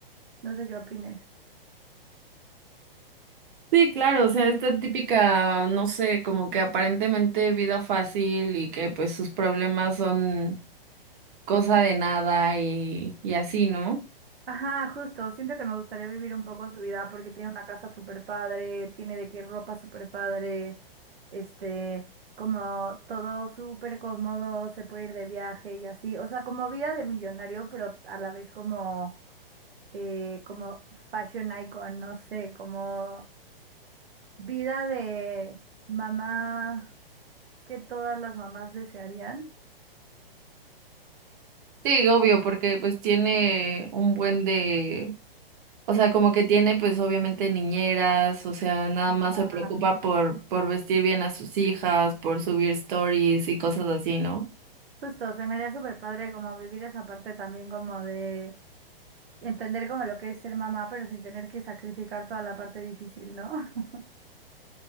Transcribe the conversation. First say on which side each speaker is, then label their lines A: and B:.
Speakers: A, on the right (about 80°); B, on the right (about 55°).
A: No sé qué opines.
B: Sí, claro, o sea, esta típica, no sé, como que aparentemente vida fácil y que pues sus problemas son cosa de nada y, y así, ¿no?
A: Ajá, justo. Siento que me gustaría vivir un poco su vida porque tiene una casa súper padre, tiene de qué ropa súper padre, este, como todo súper cómodo, se puede ir de viaje y así. O sea, como vida de millonario, pero a la vez como, eh, como fashion icon, no sé, como vida de mamá que todas las mamás desearían.
B: Sí, obvio, porque pues tiene un buen de, o sea, como que tiene pues obviamente niñeras, o sea, nada
A: Ah,
B: más se preocupa por, por vestir bien a sus hijas, por subir stories y cosas así, ¿no?
A: Justo, se me haría súper padre como vivir esa parte también como de entender como lo que es ser mamá, pero sin tener que sacrificar toda la parte difícil, ¿no? <laughs>